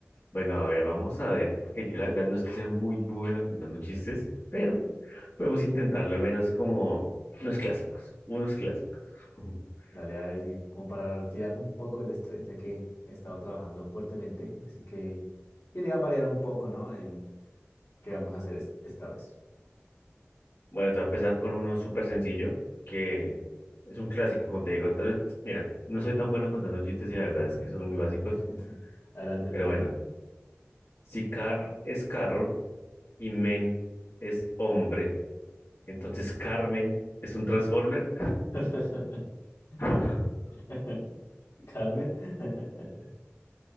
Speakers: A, on the left; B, on the left.
A: Bueno, a ver, vamos a ver, porque yo la verdad no es que sea muy bueno contando chistes, pero podemos intentarlo, al menos como unos clásicos, unos clásicos. <laughs>
B: Dale, dale, sí, como para retirar un poco el estrés, ya que he estado trabajando fuertemente. Así que quería variar un poco, ¿no? En qué vamos a hacer es- esta vez.
A: Bueno, te voy a empezar con uno súper sencillo, que es un clásico, como te digo. tal vez- mira, no soy tan bueno contando chistes y la verdad es que son muy básicos,
B: <laughs> Adelante,
A: pero
B: no hay problema.
A: bueno, si car es carro y men es hombre. Entonces Carmen es un Transformer.
B: <laughs>
A: <laughs>
B: <laughs> Carmen. <laughs>